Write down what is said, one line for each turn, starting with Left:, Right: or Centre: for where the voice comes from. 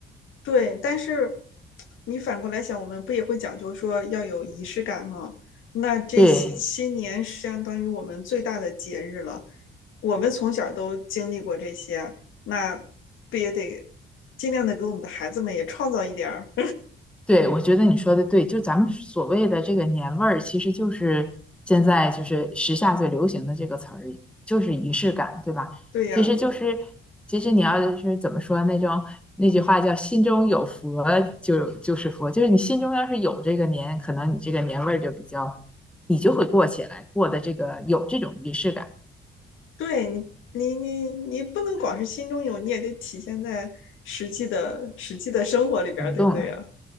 Left: 对，但是你反过来想，我们不也会讲究说要有仪式感吗？那这些新年相当于我们最大的节日了，
Centre: 对，
Left: 我们从小都经历过这些，那不也得尽量的给我们的孩子们也创造一点儿？
Centre: 对，我觉得你说的对，就咱们所谓的这个年味儿，其实就是现在就是时下最流行的这个词儿，就是仪式感，对吧？
Left: <laughs> 对呀，
Centre: 其实就是，其实你要是怎么说那种那句话叫“心中有佛就就是佛”，就是你心中要是有这个年，可能你这个年味儿就比较，你就会过起来，过的这个有这种仪式感，
Left: 对你，你你你不能光是心中有，你也得体现在实际的实际的生活里边儿，
Centre: 灵动了。
Left: 对不对呀？